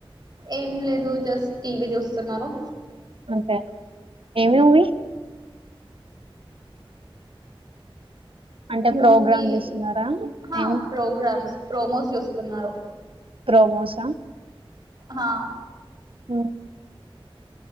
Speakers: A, on the right; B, on the right.
A: ఏం లేదు జస్ట్ టీ వీ చూస్తున్నారు
B: అంటారు ఏ మ్యూవి అంటే
A: మూవీ
B: ప్రోగ్రామ్ చేస్తున్నారా
A: ఆ
B: ఏం
A: ప్రోగ్రామ్స్ ప్రోమో చూస్తున్నారు
B: ప్రోమోసా
A: ఆ
B: ఉమ్,